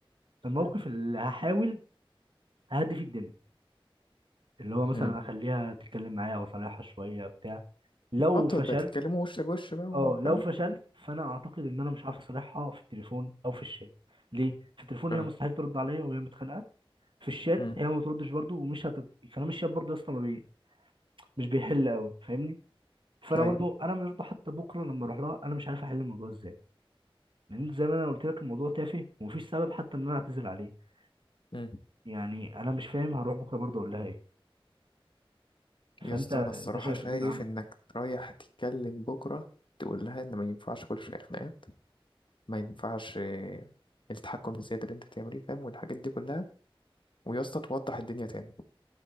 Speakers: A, on the right; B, on the left.
A: الموقف
B: مم.
A: اللي هحاول اهدي فيه الدنيا اللي هو مثلا
B: مم.
A: اخليها تتكلم معايا او اصالحها شويه بتاع لو
B: انتوا
A: فشلت
B: ده تتكلموا وش لوش بقى وفاهم
A: اه لو فشلت فانا اعتقد ان انا مش هعرف اصالحها في التليفون او في الشات ليه في التليفون
B: اه
A: هي مستحيل ترد عليا وهي متخانقه في الشات
B: مم.
A: هي ما بتردش برضو ومش هت... كلام الشات برضو يا اسطى ما بي... مش بيحل قوي فاهمني فانا
B: ايوه
A: برضو انا برضو حتى بكره لما اروح لها انا مش عارف احل الموضوع ازاي لان زي ما انا قلت لك الموضوع تافه ومفيش سبب حتى ان انا اعتذر عليه
B: مم.
A: يعني انا مش فاهم هروح بكره برضو اقول لها ايه
B: يا
A: فانت
B: اسطى
A: انت
B: انا الصراحة
A: شايف
B: شايف
A: ايه العمل
B: انك رايح تتكلم بكرة تقول لها ان ما ينفعش كل شوية خناقات ما ينفعش آه، التحكم الزيادة اللي انت بتعمليه فاهم والحاجات دي كلها ويا اسطى توضح الدنيا تاني